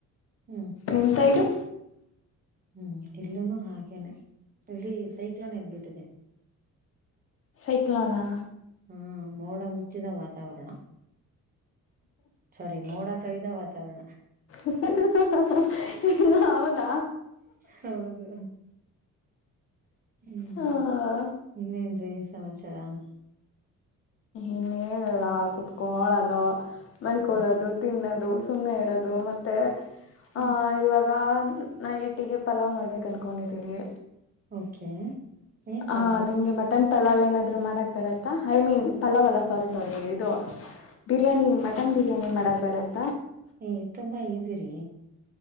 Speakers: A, on the right; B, on the left.
A: ಹ್ಮ್
B: ನಿಮ್ ಸೈಡು.
A: ಹ್ಮ್ ಇಲ್ಲೂನು ಹಾಗೇನೆ ಇಲ್ಲಿ ಸೈಕ್ಲೋನ್ ಎದ್ಬಿಟ್ಟಿದೆ.
B: ಸೈಕ್ಲಾನಾ.
A: ಹ್ಮ ಮೋಡ ಮುಚ್ಚಿದ ವಾತಾವರಣ. ಸರಿ ಮೋಡ ಕವಿದ ವಾತಾವರಣ.
B: ಹ ಹ ಹ ಹ ಹ ಹೌದ
A: ಹೌದು ಹ್ಮ್
B: ಹಾ.
A: ಇನ್ನೇನ್ರೀ ಸಮಾಚಾರ
B: ಇನ್ನೇನಲ್ಲ ಕುೂತ್ಕೋಳ. ಮಲ್ಕೊಳ್ಳೋದು
A: ಹ್ಮ್
B: ತಿನ್ನದು. ಅದು ಸುಮ್ಮನೆ ಇರೋದು ಮತ್ತೆ. ಹಾ
A: ಹ್ಮ್
B: ಇವಾಗ. ಆ ನೈಟಿಗೆ ಪಲಾವ್ ಮಾಡ್ಬೇಕು ಅನ್ಕೊಂಡಿದೀವಿ.
A: ಓಕೆ ಏನ್
B: ಹಾ
A: ಪಲಾವ್
B: ನಿಮ್ಗೆ ಮಟನ್ ಪಲಾವ್ ಏನಾದ್ರು ಮಾಡಕ್ ಬರತ್ತಾ. I mean. ಪಲ್ಲವಲ್ಲ ಸಾರಿ ಸಾರಿ ಇದು. ಬಿರಿಯಾನಿ ಮಟನ್ ಬಿರಿಯಾನಿ ಮಾಡೋ ಬರತ್
A: ಏ ತುಂಬಾ ಈಸಿರಿ.